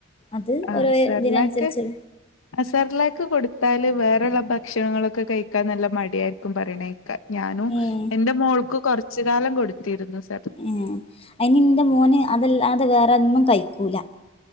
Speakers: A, on the left; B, on the left.
A: അത്
B: ആ
A: ഓരോ
B: സർലാക്ക്
A: ഇതിനനുസരിച്ച്
B: ആ സർലാക്ക് കൊടുത്താല് വേറെ യുള്ള ഭക്ഷണങ്ങളൊക്കെ കഴികാൻ നല്ല മടിയായിരിക്കും പറിയിണേ കെ ഞാനും
A: ഏഹ്
B: എന്റെ മോൾക്ക് കുറച്ച് കാലം കൊടു തീരുന്നു സ്
A: ഉം അയിൻ ഇന്റെ മോന് അതല്ലാതെ വേറൊന്നും കൈക്കൂല